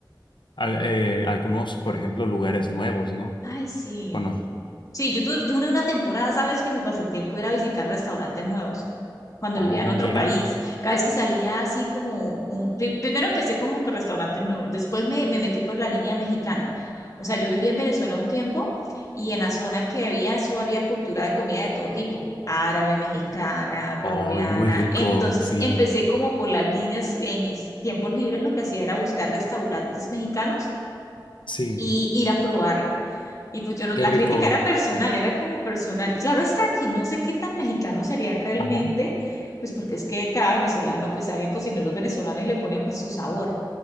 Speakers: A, on the left (about 75°); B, on the left (about 40°).
A: al- eh, algunos, por ejemplo, lugares nuevos, ¿no?
B: Ay, sí.
A: Cono-
B: Sí, yo, tu- yo duré una temporada, ¿sabes? Que mi pasatiempo era visitar restaurantes nuevos cuando
A: oh,
B: vivía en otro
A: mira,
B: país. Cada vez que salía así como un... pri- Primero empecé como con restaurantes nuevos, después me, me metí por la línea mexicana. O sea, yo viví en Venezuela un tiempo y en la zona que había, eso había cultura de comida de todo tipo, árabe, mexicana, colombiana.
A: ay, muy rico,
B: Entonces
A: sí,
B: empecé como por las líneas, en mis tiempos libres lo que hacía era buscar restaurantes mexicanos
A: sí,
B: y ir a probarla y pues yo no,
A: qué
B: la
A: rico,
B: crítica era personal, era como personal. Claro está aquí, no sé qué tan mexicanos serían realmente,
A: ajá,
B: pues porque es que cada venezolano, pues habían cocineros venezolanos y le ponen pues su sabor.